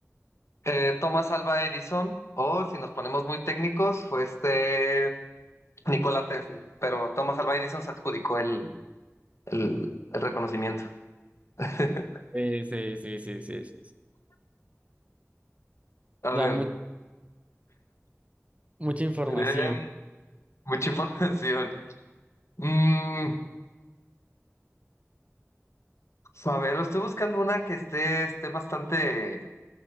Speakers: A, on the left; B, on the right.
A: Eh, Thomas Alva Edison, o si nos ponemos muy técnicos, fue este Nikola Tesla. Pero Thomas Alva Edison se adjudicó el, el, el reconocimiento. <laughs>
B: Eh, sí, sí, sí, sí, sí, sí.
A: A
B: Ya
A: ver,
B: mu- mucha información.
A: em, mucha información. Mm, a ver, estoy buscando una que esté, esté bastante